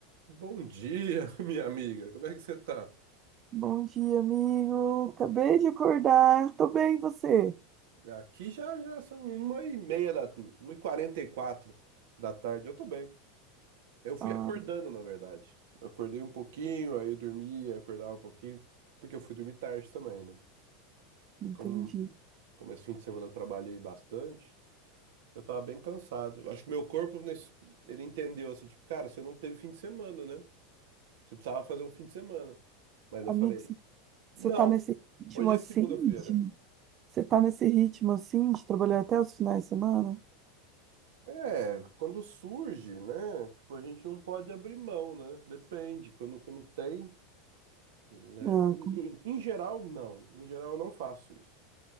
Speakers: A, on the right (about 75°); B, on the right (about 25°).
A: Bom dia, <laughs> minha amiga. Como é que você tá?
B: Bom dia, amigo. Acabei de acordar. Tô bem, e você?
A: Aqui já, já são uma e meia da, uma e quarenta e quatro da tarde. Eu tô bem. Eu fui
B: Ah,
A: acordando, na verdade. Eu acordei um pouquinho, aí eu dormi, aí acordava um pouquinho, porque eu fui dormir tarde também, né?
B: entendi.
A: Como, como esse fim de semana eu trabalhei bastante, eu tava bem cansado. Eu Acho que meu corpo, nesse, ele entendeu assim, tipo, cara, você não teve fim de semana, né? Você precisava fazer um fim de semana. Mas eu
B: Amigo,
A: falei,
B: você
A: não,
B: você tá nesse ritmo
A: hoje
B: assim
A: é segunda-feira.
B: de... Você tá nesse ritmo assim de trabalhar até os finais de semana?
A: É, quando surge, né? Tipo, a gente não pode abrir mão, né? Depende. Quando, quando tem, né?
B: Ah,
A: Em,
B: com-
A: em geral, não. Em geral, eu não faço isso.